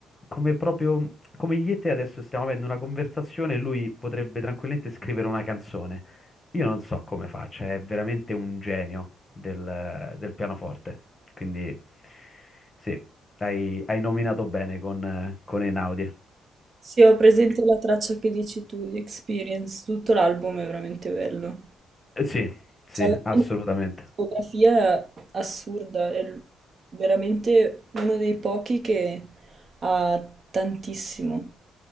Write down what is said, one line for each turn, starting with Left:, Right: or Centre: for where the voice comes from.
Left: come proprio come io e te adesso stiamo avendo una conversazione e lui potrebbe tranquillamente scrivere una canzone. Io non so come faccia, è veramente un genio del, del pianoforte. Quindi sì, hai, hai nominato bene con, eh, con Einaudi.
Right: Sì, ho presente la traccia che dici tu di Experience, tutto l'album è veramente bello.
Left: Eh, Sì, sì,
Right: Cioè,
Left: assolutamente.
Right: una discografia assurda, è l- veramente uno dei pochi che ha tantissimo.